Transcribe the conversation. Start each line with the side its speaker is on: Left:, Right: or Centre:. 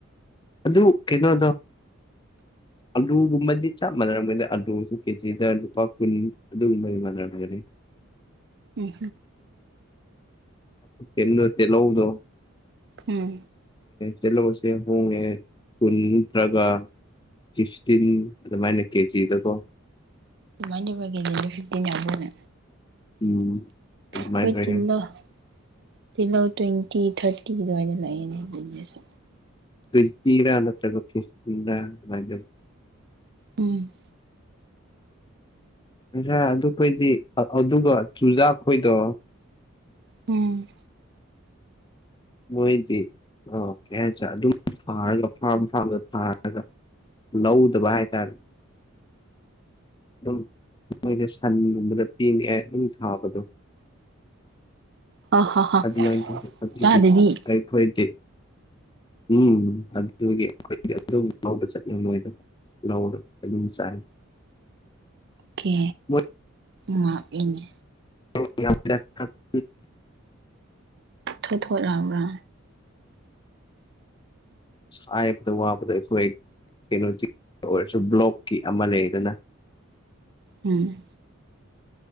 Left: ꯑꯗꯨ ꯀꯩꯅꯣꯗꯣ꯫ ꯑꯥꯂꯨꯒꯨꯝꯕꯗꯤ ꯆꯞ ꯃꯥꯟꯅꯝꯒꯅ ꯑꯥꯂꯨꯁ ꯀꯦꯖꯤꯗ ꯂꯨꯄꯥ ꯀꯨꯟ꯫ ꯑꯗꯨꯨꯝꯕꯗꯤ ꯃꯅꯒꯔꯅꯤ
Right: ꯎꯝ
Left: ꯅꯠꯇꯦ ꯂꯧꯗꯣ
Right: ꯎꯝ
Left: ꯇꯤꯂꯧꯁꯦ ꯍꯣꯡꯉꯦ ꯀꯨꯟ ꯅꯠꯇ꯭ꯔꯒ ꯐꯤꯐꯇꯤꯟ ꯑꯗꯨꯃꯥꯏꯅ ꯀꯦꯖꯤꯗꯀꯣ
Right: ꯏꯃꯥꯟꯗꯨꯕꯒ ꯀꯦꯖꯤ ꯐꯤꯞꯇꯅꯦ ꯑꯃꯕ
Left: ꯎꯝ ꯑꯗꯨꯃꯥꯏꯅ
Right: ꯑꯩꯈꯣꯏ
Left: ꯑꯣꯏꯌꯦ
Right: ꯇꯤꯜꯍꯧ ꯇꯤꯜꯍꯧ ꯇ꯭ꯋꯦꯟꯇꯤ ꯊꯥꯔꯇꯤ ꯑꯗꯨꯋꯥꯏꯗ ꯂꯩꯑꯅꯦ ꯑꯗꯨꯁꯨ
Left: ꯇꯁꯇꯔ ꯅꯠꯇ꯭ꯔꯒ ꯐꯁꯇꯔꯥꯏ ꯎ ꯑꯣ
Right: ꯎꯝ
Left: ꯉꯁꯥ ꯑꯗꯨꯈꯣꯏꯗꯤ ꯑꯗꯨꯒ ꯆꯨꯖꯥꯛ ꯈꯣꯏꯗꯣ
Right: ꯎꯝ
Left: ꯃꯣꯏꯗꯤ ꯑꯣ ꯀꯩ ꯍꯥꯏꯇꯥꯔꯦ ꯑꯗꯨꯝ ꯊꯥꯔꯒ ꯐꯥꯝ ꯐꯥꯝꯗ ꯊꯥꯔꯒ ꯂꯎꯗꯕ ꯍꯥꯏ ꯇꯔꯦ ꯑꯗꯨꯝ ꯃꯣꯏꯅ ꯁꯟꯒꯨꯝꯕꯗ ꯄꯤꯉꯛꯑꯦ ꯑꯗꯨꯝ ꯊꯥꯕꯗꯣ
Right: ꯍ ꯍ ꯍ
Left: ꯑ ꯃꯥꯈꯣꯏꯦ
Right: ꯆꯥꯗꯕꯤ
Left: ꯎꯝ ꯑꯗꯨꯒꯤ ꯑꯩꯈꯣꯏꯗꯤ ꯑꯗꯨꯝꯐꯥꯎꯗ ꯆꯠꯅꯤꯡ ꯂꯣꯏꯗꯅ ꯂꯧꯧꯔ ꯑꯗꯨ ꯆꯥꯏ
Right: ꯑꯣ ꯀꯦ
Left: ꯃꯣꯏ
Right: ꯃꯥꯕꯅ
Left: <unintelligible>
Right: ꯊ ꯊꯣꯛꯛꯑꯕ꯭ꯔꯥ
Left: ꯍꯥꯏꯕꯗ ꯋꯥꯕꯗ ꯑꯩꯈꯣꯏ ꯀꯩꯅꯣꯁꯤ ꯑꯣꯏꯔꯁꯨ ꯕ꯭ꯂꯣꯛꯀꯤ ꯑꯃ ꯂꯩꯗꯅ
Right: ꯎꯝ